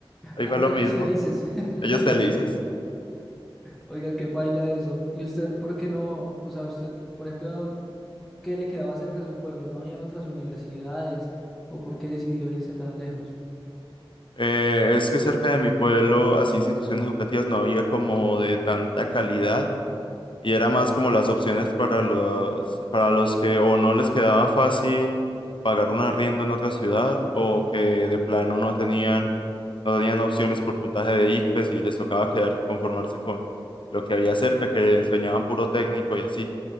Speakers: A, on the left; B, in the centre.
A: ahí
B: Ah,
A: va
B: no,
A: lo
B: ellos
A: mismo,
B: felices. <laughs>
A: ellos felices.
B: Oiga, qué paila eso. ¿Y usted por qué no? O sea, usted, por ejemplo, ¿qué le quedaba cerca a su pueblo? ¿No habían otras universidades? ¿O por qué decidió irse tan lejos?
A: Eh, es que cerca de mi pueblo, así instituciones educativas no había como de tanta calidad y era más como las opciones para los, para los que o no les quedaba fácil pagar un arriendo en otra ciudad o que de plano no tenían, no tenían opciones por puntaje de ICFES y les tocaba quedar, conformarse con lo que había cerca, que enseñaban puro técnico y así.